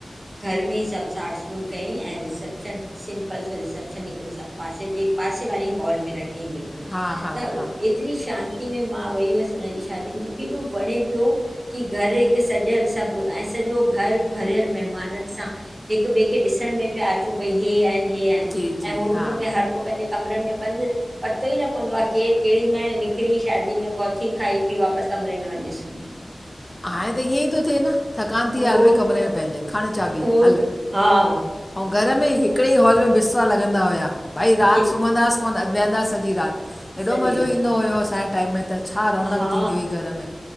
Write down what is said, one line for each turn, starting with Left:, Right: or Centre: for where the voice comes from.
Right: घर में ई सभु साठसगुन कयईं, ऐं रिसेप्शन सिम्पल सो रिसेप्शन हिकिड़ो सा पासे जे पासे वारी हॉल में रखियईं बिल्कुलु
Left: हा- हा
Right: त उ-
Left: -हा
Right: एतिरी शांती में मां वई हुअसि हुनजी शादी में, मुखे एॾो वणें पियो कि घर हिकु सॼियल सभु ऐं सॼो घर भरियल महिमाननि सां। हिक ॿिए खे ॾिसण में पिया अच भई हेआहिन- हे आहिनि,
Left: जी
Right: ऐं
Left: जी
Right: होटलुनि
Left: हा
Right: में हर को पंहिंजे कमरनि में बंदि, पतो ई न पवंदो आ केर केंॾि महिल निकिरी शादी में पहुची खाई पी वापसि कमरे में वंञी सुमियो।
Left: हाणे त ईअं ई थो थिए न, थकान थी आहे,
Right: उहो
Left: हल भई
Right: ई
Left: कमरे
Right: त
Left: में पंहिंजे, खण चाबी
Right: उहो
Left: हल!
Right: हा
Left: ऐं घर में हिकिड़े ई हॉल में बििस्तरा लॻंदा हुया, भई राति
Right: हिक
Left: सुम्हंदासीं कोन वेहंदा सॼी रात, हेॾो
Right: सॼी
Left: मज़ो
Right: राति
Left: ईंदो हुयो असांजे टाइम में त। छा रौनक
Right: हा
Left: थींदी हुई घर में,